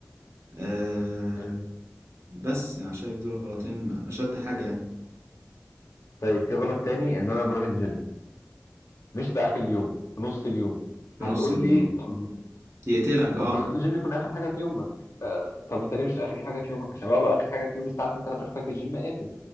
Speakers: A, on the right; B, on the left.
A: آه،
B: أمم.
A: بس انا شايف دول غلطين اشد حاجة يعني
B: طيب في غلط تاني ان انا بروح الجيم مش في اخر اليوم في نص اليوم
A: في
B: هتقول
A: نص اليوم
B: لي طب
A: يقتلك
B: المفروض
A: اه
B: الجيم يكون اخر حاجه في يومك آه طب انت ليه مش اخر حاجه في يومك عشان لو لو اخر حاجه في يومي الساعه 2 3 الفجر الجيم قافل